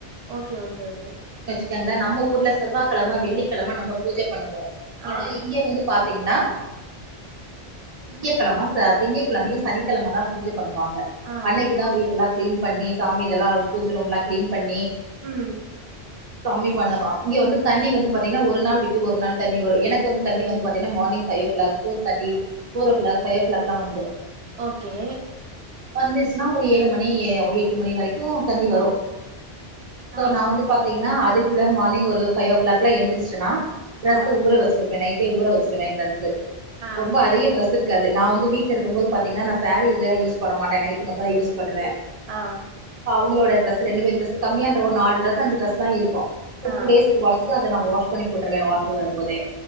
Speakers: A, on the right (about 75°); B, on the right (about 45°).
A: ஓகே ஓகே ஓகே
B: இருங்களா நம்ம ஊர்ல செவ்வாகிழம வெள்ளிக்கிழம நம்ம பூஜ பண்ணுவோம் ஆனா
A: ஆ
B: இங்க வந்து பாத்தீங்கன்னா திங்க கிழம திங்க கிழம சனிக்கிழமயும் தா பூஜ பண்ணுவாங்க
A: ஆ
B: அன்னைக்கு தா வீடெல்லாம் கிளீன் பண்ணி சாமி இதெல்லாம் பூஜ ரூம்லாம் கிளீன் பண்ணி
A: உம்
B: கம்மி பண்ணவா இங்க வந்து தண்ணி வந்து பாத்தீங்கன்னா ஒரு நாள் விட்டு ஒரு நாள் தண்ணி வரும் எனக்கு வந்து தண்ணி வந்து பாத்தீங்கன்னா morning five o'clock four தேட்டி ஃபோர் ஓ கிளாக் பைவ் ஓ கிளாக்ல்லாம் வந்துடும்
A: ஓகே
B: வந்துருச்சுன்னா ஒரு ஏழு மணி எட்டு மணி வரைக்கும் தண்ணி வரும் சோ
A: ஆ
B: நா வந்து பாத்தீங்கன்னா மார்னிங் ஒரு ஃபைவ் ஓ கிளாக்கில்லா எந்திரிச்சிடனா டிரஸ்
A: ஆ
B: ஊற வச்சிருப்பேன நைட்டே ஊ வச்சிருவேன் டிரஸ்சு
A: ஆ
B: ரொம்ப அதிக டிரஸ் அது நா வந்து வீட்டு இருக்கும் போது பாத்தங்கன்னா நா சாரீல்லாம் யூஸ் பண்ண மாட்ட நைட்டி மட்டும் தா யூஸ் பண்ணுவேன்
A: ஆஹ்
B: உங்கலொட டிரஸ் ரெண்டு பேத்து டிரஸ் கம்மியான ஒரு நாலுடிரஸ் அஞ்சு டிரஸ்தா இருக்கும்
A: ஆ
B: டூ டேஸ் ஒன்சு நா வாஷ் பண்ணி போற்றுவன் வா அது வரும்போதே